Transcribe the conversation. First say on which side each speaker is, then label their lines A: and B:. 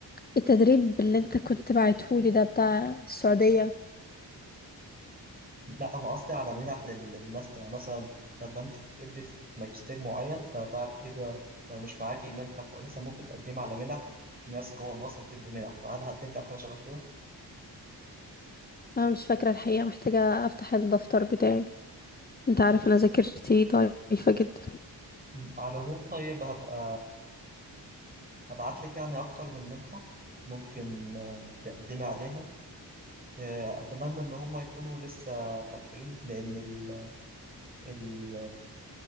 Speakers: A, on the left; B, on the right.
A: التدريب اللي انت كنت بعتهولي ده بتاع السعودية
B: لا انا قصدي على منح لل- للماستر يعني مثلا لما انت تتقبلي في ماجستير معين فبعد كده لو مش معاكي منحه كويسه ممكن تقدمي على منح في ناس جوه مصر بتدي منح فهل قدمت على حاجه شبه كده؟
A: انا مش فاكرة الحقيقة محتاجة افتح الدفتر بتاعي انت عارف انا ذاكرتي ضعيفة جدا
B: مم. على العموم طيب هبقى هبعت لك يعني اكتر من منحه ممكن آه، تقدمي عليها آه، اتمنى ان هم يكونوا لسه فاتحين لان ال... ال...